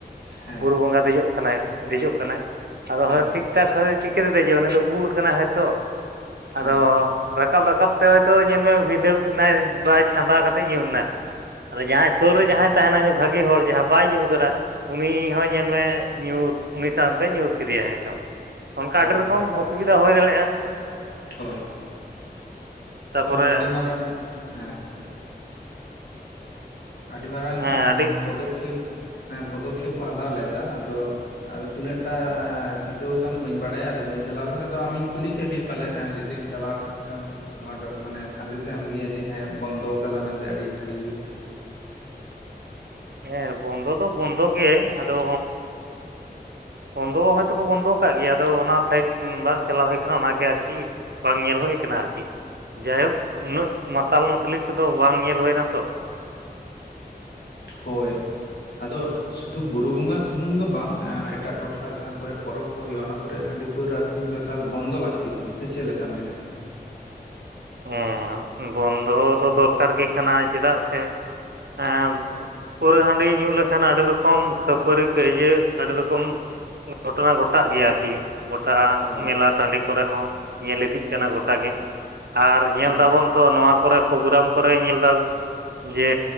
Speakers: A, on the left (about 75°); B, on the right (about 80°).
A: ᱦᱮᱸ
B: ᱵᱩᱨᱩ ᱵᱚᱸᱜᱟ ᱫᱮᱡᱚᱜ ᱠᱟᱱᱟᱭ ᱫᱮᱡᱚᱜ ᱠᱟᱱᱟᱭ, ᱟᱫᱚ
A: ᱦᱮᱸ
B: ᱦᱳᱭ ᱴᱷᱤᱠ ᱮᱴᱟᱜ ᱠᱷᱚᱡ ᱫᱚ ᱪᱤᱠᱟᱹᱛᱮ ᱫᱮᱡᱚᱜ ᱟᱭ ᱩᱱᱤ ᱫᱚ ᱵᱩᱞ ᱠᱟᱱᱟᱭ ᱦᱚᱭᱛᱚ, ᱟᱫᱚ
A: ᱦᱮᱸ
B: ᱾ ᱨᱟᱠᱟᱵ ᱨᱟᱠᱟᱵ ᱛᱮ ᱦᱚᱭᱛᱚ ᱧᱮᱞ ᱢᱮ ᱵᱷᱸᱤᱫᱟᱹᱲ ᱮᱱᱟᱭ ᱵᱟᱭ ᱪᱷᱟᱸᱫᱟ ᱠᱟᱛᱮᱫ ᱧᱩᱨ ᱮᱱᱟ ᱟᱫᱚ ᱡᱟᱸᱦᱟᱸᱭ ᱥᱩᱨ
A: ᱦᱳᱭ
B: ᱨᱮ ᱡᱟᱸᱦᱟᱸᱭ ᱛᱟᱦᱮᱱᱟᱭ ᱵᱷᱟᱜᱤ ᱦᱚᱲ ᱡᱟᱸᱦᱟᱸ ᱵᱟᱭ ᱧᱩ ᱟᱠᱟᱫᱟ ᱩᱱᱤ ᱦᱚᱸ ᱧᱮᱞ ᱢᱮ ᱧᱩᱨ ᱩᱱᱤ ᱥᱟᱶᱛᱮᱭ ᱧᱩᱨ ᱠᱮᱫᱮᱭᱟᱭ ᱦᱚᱭᱛᱚ ᱚᱱᱠᱟ
A: ᱦᱳᱭ
B: ᱟᱹᱰᱤ ᱨᱚᱠᱚᱢ
A: ᱦᱳᱭ
B: ᱚᱥᱩᱵᱤᱫᱟ ᱦᱩᱭ ᱫᱟᱲᱮᱜᱼᱟ᱾
A: ᱦᱳᱭ,
B: ᱛᱟᱨᱯᱚᱨᱮ
A: ᱛᱚ ᱟᱰᱤ ᱢᱟᱨᱟᱝ, ᱦᱮᱸ ᱟᱰᱤ ᱢᱟᱨᱟᱝ
B: ᱦᱮᱸ ᱟᱹᱰᱤ
A: ᱯᱚᱫᱚᱠᱷᱮᱯ, ᱯᱚᱫᱚᱠᱷᱮᱯ ᱠᱚ ᱦᱟᱛᱟᱣ ᱞᱮᱫᱟ, ᱟᱫᱚ ᱟᱫᱚ ᱛᱤᱱᱟᱹᱜ ᱴᱟ ᱪᱤᱠᱟᱹᱣ ᱟᱠᱟᱱ ᱵᱟᱹᱧ ᱵᱟᱰᱟᱭᱟ, ᱟᱫᱚ ᱵᱟᱹᱧ ᱪᱟᱞᱟᱣ ᱟᱠᱟᱱᱟ ᱟᱫᱚ ᱟᱢᱤᱧ ᱠᱩᱞᱤ ᱠᱮᱫ ᱢᱮᱭᱟ ᱯᱟᱞᱮᱫ ᱡᱩᱫᱤᱢ ᱪᱟᱞᱟᱣ ᱟᱠᱟᱱ ᱱᱚᱣᱟ <unintelligible> ᱢᱟᱱᱮ ᱥᱟᱸᱫᱮᱥ ᱮᱢ ᱦᱩᱭᱟ ᱡᱮ ᱦᱮᱸ ᱵᱚᱱᱫᱚ ᱟᱠᱟᱫᱟ ᱢᱮᱱᱛᱮ ᱟᱹᱰᱤ ᱵᱷᱟᱜᱤᱧ ᱵᱩᱡ ᱠᱮᱭᱟ᱾
B: ᱦᱮᱸ ᱵᱚᱱᱫᱚ ᱫᱚ ᱵᱚᱱᱫᱚ ᱜᱮ, ᱟᱫᱚ ᱵᱚᱱᱫᱚ ᱦᱳᱭᱛᱳ ᱠᱚ ᱵᱚᱱᱫᱚ ᱟᱠᱟᱫ ᱜᱮᱭᱟ, ᱚᱱᱟ ᱥᱟᱭᱤᱰ ᱵᱟᱝ ᱪᱟᱞᱟᱣ ᱦᱩᱭ ᱟᱠᱟᱱᱟ, ᱚᱱᱟᱜᱮ ᱟᱨᱠᱤ ᱵᱟᱝ ᱧᱮᱞ ᱦᱩᱭ ᱟᱠᱟᱱᱟ ᱟᱨᱠᱤ ᱡᱟᱭ ᱦᱳᱠ ᱩᱱᱟᱹᱜ ᱢᱟᱛᱟᱞ ᱢᱟᱛᱞᱤ ᱠᱚᱫᱚ ᱵᱟᱝ ᱧᱮᱞ ᱦᱩᱭᱱᱟᱛᱚ᱾
A: ᱦᱳᱭ ᱟᱫᱚ ᱥᱩᱫᱩ ᱵᱩᱨᱩ ᱵᱚᱸᱜᱟ ᱥᱩᱢᱩᱝ ᱫᱚ ᱵᱟᱝ, ᱮᱴᱟᱜ ᱴᱚᱴᱷᱟ ᱡᱟᱦᱟᱸ ᱠᱚᱨᱮ ᱯᱚᱨᱚᱵᱽ ᱠᱚ ᱦᱩᱭᱩᱜᱼᱟ ᱚᱱᱟ ᱠᱚᱨᱮ ᱦᱟᱺᱰᱤ ᱯᱟᱹᱣᱨᱟᱹ ᱟᱹᱠᱷᱨᱤᱧ ᱫᱚ ᱮᱠᱟᱞ ᱵᱚᱱᱫᱚ ᱞᱟᱹᱠᱛᱤ ᱠᱟᱱᱟ ᱥᱮ ᱪᱮᱫ ᱞᱮᱠᱟᱢ ᱢᱮᱱ ᱮᱫᱟ᱾
B: ᱦᱮ ᱵᱚᱱᱫᱚ ᱫᱚ ᱫᱚᱨᱠᱟᱨ ᱜᱮ ᱠᱟᱱᱟ ᱪᱮᱫᱟᱜ ᱥᱮ ᱦᱮ ᱯᱟᱹᱣᱨᱟᱹ ᱦᱟᱱᱰᱤ ᱧᱩ ᱞᱮᱠᱷᱟᱱ ᱟᱰᱤ ᱨᱚᱠᱚᱢ ᱠᱷᱟᱹᱯᱟᱹᱨᱤ ᱠᱟᱹᱭᱡᱟᱹ ᱟᱹᱰᱤ ᱨᱚᱠᱚᱢ ᱜᱷᱚᱴᱚᱱᱟ ᱜᱷᱚᱴᱟᱜ ᱜᱮᱭᱟ ᱟᱨᱠᱤ ᱜᱚᱴᱟᱜ-ᱟ᱾
A: ᱦᱳᱭ
B: ᱢᱮᱞᱟ ᱴᱟᱺᱰᱤ ᱠᱚᱨᱮ ᱦᱚ ᱧᱮᱞ ᱤᱫᱤᱜ ᱠᱟᱱᱟ ᱜᱚᱴᱟᱜᱮ ᱟᱨ ᱧᱮᱞ
A: ᱦᱩᱸ
B: ᱫᱟᱵᱚᱱ ᱛᱚ ᱱᱚᱣᱟ ᱠᱚᱨᱮ ᱯᱳᱜᱨᱟᱢ ᱠᱚᱨᱮ ᱧᱮᱞᱫᱟ ᱡᱮ